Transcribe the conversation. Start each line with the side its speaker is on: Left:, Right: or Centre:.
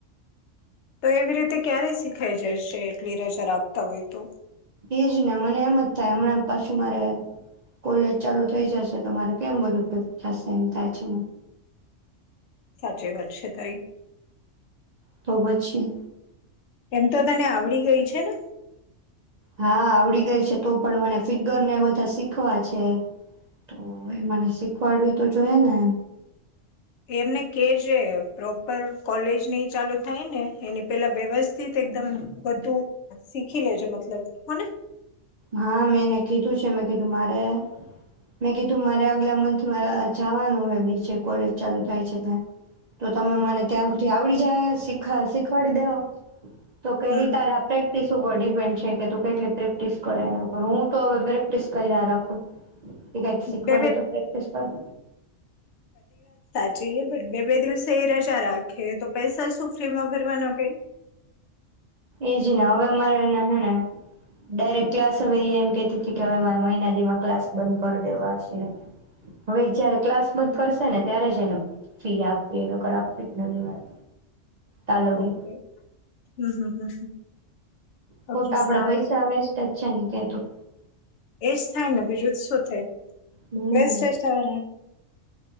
Left: તો એવી રીતે ક્યારે શીખાઈ જશે એટલી રજા રાખતા હોય તો?
Right: એજ ને મને એમ જ થાય હમણાં પાછું મારે કોલેજ ચાલુ થઈ જશે તો મારે કેમ બધું થશે એમ થાય છે.
Left: સાચી વાત છે તારી
Right: તો પછી.
Left: એમ તો તને આવડી ગઈ છે ને?
Right: હા આવડી ગઈ છે તો પણ મને ફિગર ને બધા શીખવા છે તો એ મને શીખવાડવી તો જોઈને.
Left: એમને કે જે છે પ્રોપર કોલેજ ની ચાલુ થાય ને એની પેલા વ્યવસ્થિત એકદમ બધુ શીખી લે જે મતલબ હોને.
Right: હા મેંને કીધું છે મેં કીધું મારે મેં કીધું મારે આગલા મંન્થમાં જાવાનું હે બીજે કોલેજ ચાલુ થાય છે ત્યાં. તો તમે મને ત્યાં સુધી આવડી જાય સીક ખા શીખવાડી દેવ. તો કઈ
Left: હમ
Right: તારા પ્રેક્ટિસ ઉપર ડીપેન્ડ છે કે તું કેટલી પ્રેક્ટિસ. કરે નકર હું તો હવે પ્રેક્ટિસ કયરા રાખું. એ કાઈક્ શીખવાડ
Left: બે બે
Right: તો પ્રેક્ટિસ કરૂં
Left: જઈએ બટ બે બે દિવસે એ રજા રાખે તો પૈસા શું ફ્રી માં ભરવાના કઈ.
Right: ને હવે મારેને હેને ડાયરેક ક્લાસ હવે એ એમ કેતી હતી કે હવે મારે મહિના દી માં ક્લાસ બંધ કરી દેવા છે હવે જયારે ક્લાસ બંધ કરશે ને ત્યારે જ એને ફી આપવી નકર આપવી જ નથી મારે તાલગી
Left: ઓકેય હમ હમ
Right: હ
Left: ઓકે
Right: તો આપડા
Left: સારું
Right: પૈસા વેસ્ટ જ છે ને કેતું.
Left: એજ થાય ને બીજું જ શું થાય.
Right: હમ
Left: <unintelligible>